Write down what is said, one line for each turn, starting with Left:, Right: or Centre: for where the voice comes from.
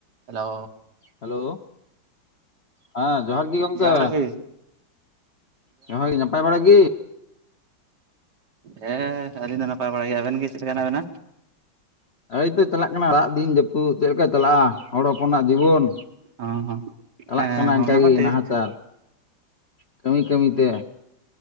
Right: Hello
Left: hello ᱦᱮᱸ ᱡᱚᱦᱟᱨ ᱜᱮ ᱜᱚᱢᱠᱮ
Right: ᱡᱚᱦᱟᱨ ᱜᱮ
Left: ᱡᱚᱦᱟᱨ ᱱᱟᱯᱟᱭ ᱵᱟᱲᱟ ᱜᱮ
Right: ᱦᱮᱸ ᱟᱹᱞᱤᱧ ᱫᱚ ᱱᱟᱯᱟᱭ ᱵᱟᱲᱟᱭ ᱜᱮᱭᱟ ᱟᱵᱮᱱ ᱜᱮ ᱪᱮᱫ ᱞᱮᱠᱟ ᱦᱮᱱᱟᱜ ᱵᱮᱱᱟ
Left: ᱮᱭᱛᱚ ᱪᱟᱞᱟᱜ ᱠᱟᱱᱟ ᱨᱟᱜ ᱫᱤᱱ ᱡᱟᱹᱯᱩᱫ ᱪᱮᱫ ᱞᱮᱠᱟ ᱪᱟᱞᱟᱜ-ᱟ ᱦᱚᱲ ᱦᱚᱯᱚᱱᱟᱜ ᱡᱤᱵᱚᱱ
Right: ᱦᱚᱸ ᱦᱚᱸ
Left: ᱪᱟᱞᱟᱜ
Right: ᱦᱮᱸ
Left: ᱠᱟᱱᱟ ᱚᱱᱠᱟᱜᱮ
Right: ᱚᱱᱟ ᱦᱚᱸ ᱴᱷᱤᱠ
Left: ᱱᱟᱦᱟᱪᱟᱨ ᱠᱟᱹᱢᱤ ᱠᱟᱹᱢᱤᱛᱮ